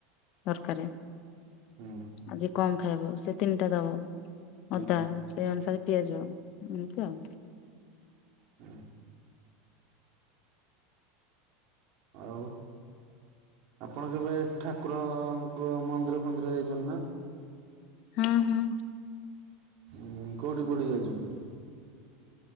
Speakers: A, on the left (about 55°); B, on the right (about 55°).
A: ଦରକାରେ,
B: ହୁଁ
A: ଆଉ ଯିଏ କମ୍ ଖାଇବ ସେ ତିନିଟା ଦବ
B: ହୁଁ
A: ଅଦା ସେଇ ଅନୁସାରେ ପିଆଜ ଏମିତି ଆଉ।
B: ହୁଁ ଆଉ ଆପଣ କେବେ ଠାକୁରଙ୍କ ମନ୍ଦିର ଫନ୍ଦିର ଯାଇଛନ୍ତି ନା?
A: ହଁ-ହଁ।
B: ଉଁ କୋଉଠି-କୋଉଠି ଯାଇଚନ୍ତି?